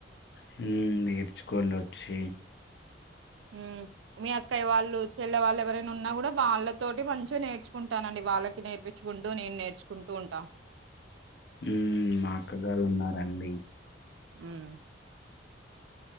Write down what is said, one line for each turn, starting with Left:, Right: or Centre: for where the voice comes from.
Left: హుమ్ నేర్చుకోండి వచ్చి
Right: హుమ్ మీ అక్కయ వాళ్ళు చెల్లె వాళ్ళు ఎవరైనా ఉన్నా గుడా వాళ్ళ తోటి మంచిగా నేర్చుకుంటానండి వాళ్ళకి నేర్పించుకుంటూ నేను నేర్చుకుంటూ ఉంటా
Left: హుమ్ మా అక్కగారు ఉన్నారండి
Right: హుమ్